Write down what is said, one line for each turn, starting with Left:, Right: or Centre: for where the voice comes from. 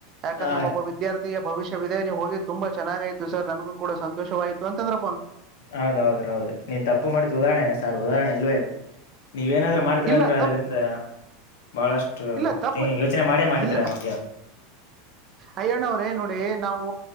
Right: ಯಾಕಂದ್ರೆ
Left: ಹಾ
Right: ಒಬ್ಬ ವಿದ್ಯಾರ್ಥಿಯ ಭವಿಷ್ಯ ಇದೆ ನೀವು ಹೋಗಿ ತುಂಬಾ ಚೆನ್ನಾಗಾಯ್ತು ಸರ್ ನನ್ಗೂ ಕೂಡ ಸಂತೋಷವಾಯಿತು ಅಂತಂದ್ರೆ
Left: ಹೌದ ಹೌದ ಹೌದು ನೀನ್ ತಪ್ಪು ಮಾಡಿದ್ದು ಉದಾಹರಣೆ ಸಾರ್ ಉದಾಹರಣೆ ಇಲ್ವೇ ಇಲ್ಲ ನೀವ ಏನಾದ್ರರು ಮಾಡ್ತಿೀರ
Right: ಇಲ್ಲ
Left: ಅಂದ್ರೆ ಅದ್ರಿಂದ
Right: ತಪ್ಪು
Left: ಬಹಳಷ್ಟು
Right: ಇಲ್ಲ ತಪ್ಪು
Left: ಯೋಚನೆ ಮಾಡೇ ಮಾಡ್ತೀರಾ
Right: ಇಲ್ಲ
Left: ಅವ
Right: ಅಯ್ಯಣ್ಣ ಅವ್ರೇ ನೋಡಿ ನಾವು